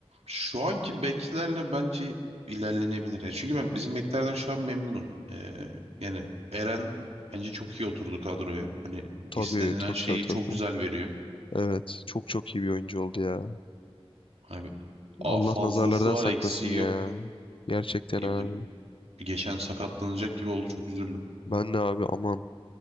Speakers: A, on the right; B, on the left.
A: Şu anki beklerle bence ilerlenebilir. Yani çünkü ben bizim beklerden şu an memnunum. Ee, yani Eren bence çok iyi oturdu kadroya. Hani
B: Tabii
A: istenilen
B: tabii
A: şeyi
B: tabii tabii.
A: çok
B: tabii.
A: güzel veriyor.
B: Evet çok çok iyi bir oyuncu oldu ya.
A: Hani bir- a,
B: Allah
A: fazlası
B: nazarlardan
A: var
B: saklasın
A: eksiği
B: ya.
A: yok
B: Gerçekten
A: diyebilirim.
B: abi.
A: Bir Geçen sakatlanacak gibi oldu çok üzüldüm.
B: Ben de abi aman.